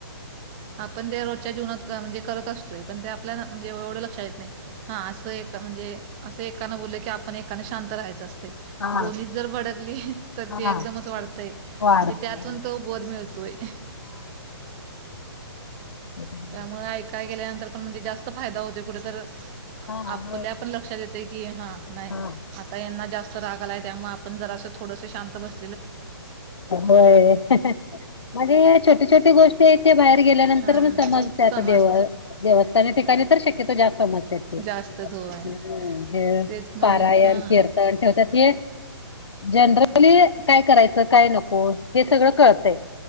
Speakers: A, on the right; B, on the left.
A: आपण ते रोजच्या जीवनात म्हणजे करत असतोय पण ते आपल्याला म्हणजे एवढं लक्षात येत नाही हा असं एक म्हणजे असं एकानं बोलले की आपण एकाने शांत राहायचं असते
B: हा
A: दोन्च जर भडकली तर त एकदमच
B: हा
A: वाय
B: वाढते
A: म्हणजे त्यातून
B: हो
A: तो बोध मिळतोय
B: ह
A: त्यामुळे ऐका गेल्यानंतर पण म्हणजे जास्त फायदा होतयं. कुठ तर
B: हा
A: आपल्या
B: होय
A: पण लक्षात येतयं की, हा. नाही.
B: हा
A: आता यांना जास्त राग आलायं त्यामुळे आपण जर असं थोडस शांत बस
B: होय. आणि छोट्या छोटी गोष्टी हाई ते बाहेर गेल्यानंतर
A: हा
B: म समजते
A: समजत
B: आता देव देवस्थान या ठिकाणी तर शक्यतो जास्त समजते.
A: जास्तच होय
B: ह हे
A: तेच म्हणजे
B: पारायण,
A: हा
B: कीर्तन ठेवतात हे जनरली काय करायचं. काय नको हे सगळं कळतंय.